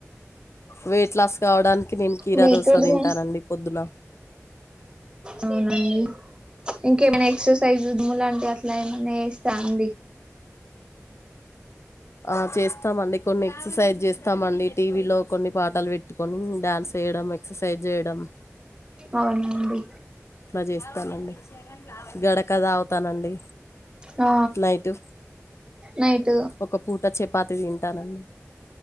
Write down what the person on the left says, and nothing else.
వెయిట్ లాస్ కావడానికి నేను కీరా
దోస తింటానండి పొద్దున.
ఆ చేస్తామండి కొన్ని ఎక్సర్సైజ్ చేస్తామండి. టీవీలో కొన్ని పాటలు పెట్టుకొని డ్యాన్స్ చేయడం, ఎక్సర్సైజ్ చేయడం. <inaudible>
ఇట్ల చేస్తానండి గడక తాగుతానండి
నైటు
ఒక పూట చపాతి తింటానండి